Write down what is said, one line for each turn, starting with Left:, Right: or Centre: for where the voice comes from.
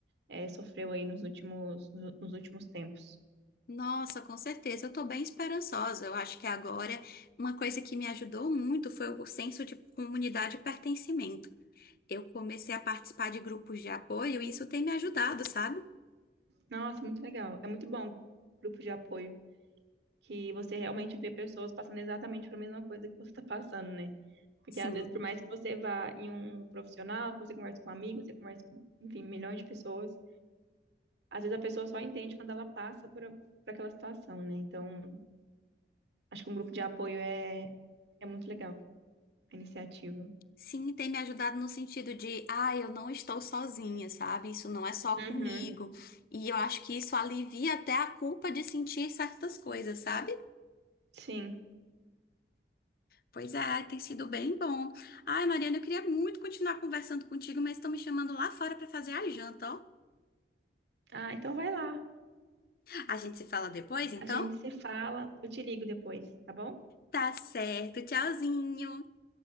Right: é, sofreu aí nos últimos, no- nos últimos tempos.
Left: Nossa, com certeza, eu tô bem esperançosa. Eu acho que agora uma coisa que me ajudou muito foi o senso de comunidade e pertencimento. Eu comecei a participar de grupos de apoio e isso tem me ajudado, sabe?
Right: Nossa, muito legal. É muito bom grupo de apoio, que você realmente vê pessoas passando exatamente pela mesma coisa que você está passando, né? Porque
Left: Sim.
Right: às vezes, por mais que você vá em um profissional, que você converse com um amigo, você conversa com, enfim, milhões de pessoas, às vezes a pessoa só entende quando ela passa por, por aquela situação, né? Então, acho que um grupo de apoio é É muito legal a iniciativa.
Left: Sim, tem me ajudado no sentido de, ah, eu não estou sozinha, sabe? Isso não é só
Right: Uhum,
Left: comigo. E eu acho que isso alivia até a culpa de sentir certas coisas, sabe?
Right: sim.
Left: Pois é, tem sido bem bom. Ai, Mariana, eu queria muito continuar conversando contigo, mas estão me chamando lá fora para fazer a janta, ó.
Right: Ah, então vai lá.
Left: A gente se fala depois, então?
Right: A gente se fala. Eu te ligo depois, tá bom?
Left: Tá certo. Tchauzinho.